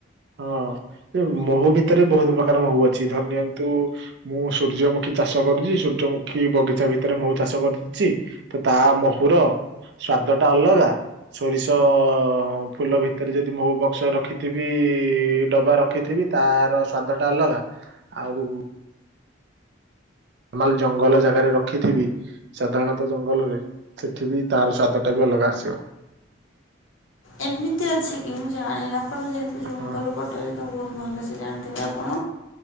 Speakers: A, on the right; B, on the left.
A: ହଁ ସେ ମହୁ ଭିତରେ ବି ବହୁତ ପ୍ରକାର ମହୁ ଅଛି ଧରି ନିଅନ୍ କି ତୁ ମୁଁ ସୂର୍ଯ୍ୟମୁଖୀ ଚାଷ କରିଛି ସୂର୍ଯ୍ୟମୁଖୀ ବଗିଚା ଭିତରେ ମହୁ ଚାଷ କରିଛି, ତ ତା ମହୁର ସ୍ଵାଦଟା ଅଲଗା, ସୋରିଷ ଫୁଲ ଭିତରେ ଯଦି ମହୁ ବକ୍ସ ରଖିଥିବି ଡବା ରଖିଥିବି ତାର ସ୍ଵାଦ ଟା ଅଲଗା। ଆଉ ମାଲ ଜଙ୍ଗଲ ଜାଗାରେ ରଖିଥିବି, ସାଧାରଣତଃ ଜଙ୍ଗଲରେ ସେଠି ବି ତାର ସ୍ବାଦଟା ବି ଅଲଗା ଆସିବ।
B: ଏମିତି ଅଛି କି ମୁଁ ଜାଣିନି? ଆପଣ ଯେହେତୁ ଜଙ୍ଗଲ
A: ହଁ ହଁ।
B: ପଟରେ ତ ବହୁତ ଭଲସେ ଜାଣିଥିବେ ଆପଣ।